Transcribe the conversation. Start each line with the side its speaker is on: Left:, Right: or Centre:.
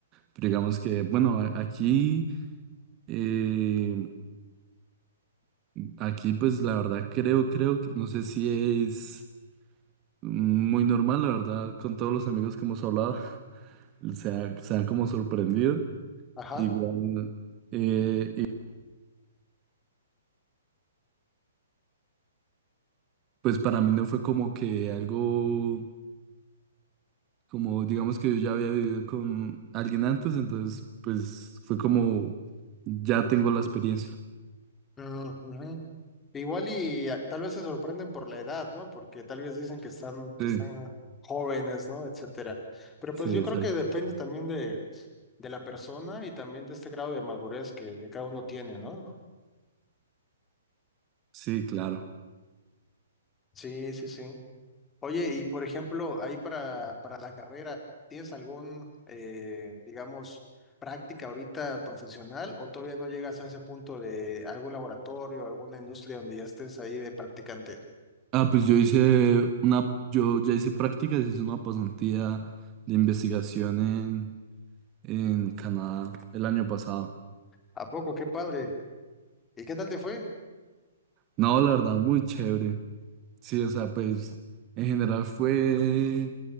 Right: pero digamos que, bueno, a- aquí, eh, aquí pues la verdad creo, creo, que- no sé si es muy normal, la verdad, con todos los amigos que hemos hablado. se han, se han como sorprendido.
Left: Ajá.
Right: Igual, eh, y pues para mí no fue como que algo, como digamos que yo ya había vivido con alguien antes, entonces pues fue como, ya tengo la experiencia.
Left: Ujú. Igual y ah, tal vez se sorprenden por la edad, ¿no? Porque tal vez dicen que están, que
Right: Sí,
Left: están jóvenes, ¿no? Etcétera. Pero
Right: sí,
Left: pues yo
Right: exacto.
Left: creo que depende también de, de la persona y también de este grado de madurez que, que cada uno tiene, ¿no?
Right: Sí, claro.
Left: Sí, sí, sí. Oye, y por ejemplo, ahí para, para la carrera, ¿tienes algún, eh, digamos, práctica ahorita profesional o todavía no llegas a ese punto de algún laboratorio, alguna industria donde ya estés ahí de practicante?
Right: Ah, pues yo hice una, yo ya hice prácticas, hice una pasantía de investigación en, en Canadá el año pasado.
Left: ¿A poco? Qué padre. ¿Y qué tal te fue?
Right: No, la verdad, muy chévere. Sí, o sea, pues en general fue